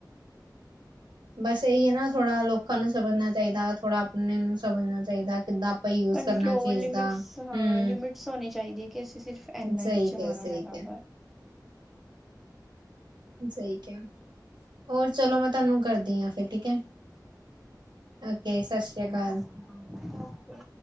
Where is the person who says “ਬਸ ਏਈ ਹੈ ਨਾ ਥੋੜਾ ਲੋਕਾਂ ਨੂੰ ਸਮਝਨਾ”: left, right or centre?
Right